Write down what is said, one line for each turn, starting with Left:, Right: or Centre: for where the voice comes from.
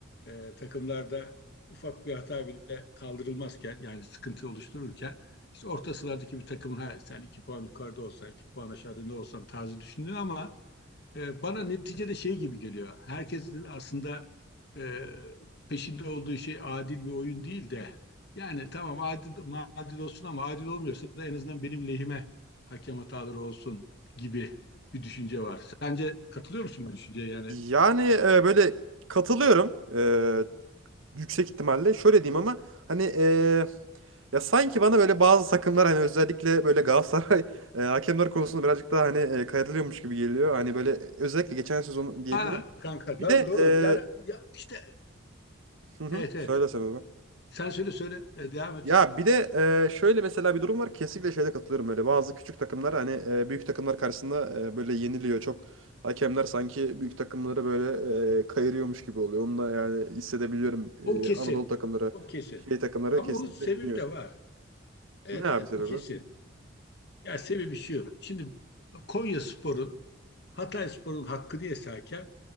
Left: e, takımlarda ufak bir hata bile kaldırılmazken yani sıkıntı oluştururken işte orta sıralardaki bir takımın ha, sen iki puan yukarıda olsan, iki puan aşağıda ne olsan tarzı düşünülüyor ama e, bana neticede şey gibi geliyor. Herkesin aslında e, peşinde olduğu şey adil bir oyun değil de yani tamam adil, adil olsun ama adil olmuyorsa da en azından benim lehime hakem hataları olsun gibi bir düşünce var. Sence katılıyor musun bu düşünceye? Yani
Right: Yani
Left: e,
Right: e, böyle katılıyorum e, yüksek ihtimalle. Şöyle diyeyim ama hani e, ya sanki bana böyle bazı takımlar hani özellikle böyle Galatasaray <laughs> e, hakemler konusunda birazcık daha hani e, kayırılıyormuş gibi geliyor. Hani böyle özellikle geçen sezon diyebilirim.
Left: Ha, Kanka
Right: Bir
Left: doğru
Right: de
Left: doğru.
Right: e,
Left: Yani ya işte
Right: hı hı,
Left: evet
Right: söyle
Left: evet.
Right: sen o zaman.
Left: Sen söyle söyle. Evet, devam et
Right: Ya
Left: sen.
Right: bir de e, şöyle mesela bir durum var. Kesinlikle şeyde katılıyorum öyle. Bazı küçük takımlar hani e, büyük takımlar karşısında e, böyle yeniliyor. Çok hakemler sanki büyük takımları böyle e, kayırıyormuş gibi oluyor. Onu da yani hissedebiliyorum. E,
Left: o kesin.
Right: Anadolu takımları,
Left: O kesin.
Right: şey takımları
Left: Ama
Right: kesinlikle
Left: onun sebebi
Right: yeniyor.
Left: de var. Evet
Right: Ne abi
Left: evet
Right: sebebi?
Left: o kesin. Yani sebebi şu. Şimdi Konya Spor'un Hatay Spor'un hakkı diye hakem